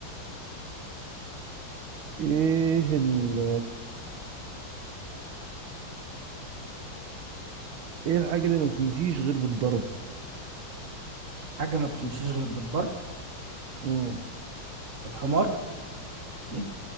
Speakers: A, on the right; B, on the right.
A: ايه ال ايه الحاجة اللي ما بتمشيش غير بالضرب؟
B: حاجة ما بتمشيش غير بالضرب
A: مم.
B: والحمار مم.